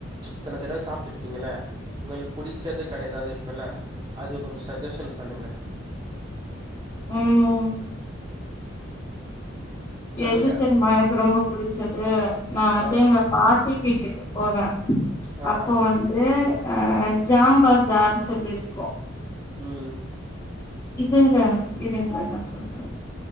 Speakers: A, on the right; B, on the left.
A: இத்தன தடவ சாப்டுருப்பீங்கள உங்களுக்கு புடிச்சது கடையதாவது இருக்குல்ல அது கொஞ்ச சக்ஜஷன் பண்ணுங்க
B: ம்
A: சொல்லுங்க
B: எது தெரிமா எனக்கு ரொம்ப புடுச்சது நா வந்து
A: ஆ
B: எங்க பாட்டி வீட்டுக்கு போவ
A: ஆ
B: அப்போ வந்து ஆ ஜாம் பசார்னு சொல்லிருக்கோ
A: ம்
B: இதுங்க இருங்க நா சொல்ற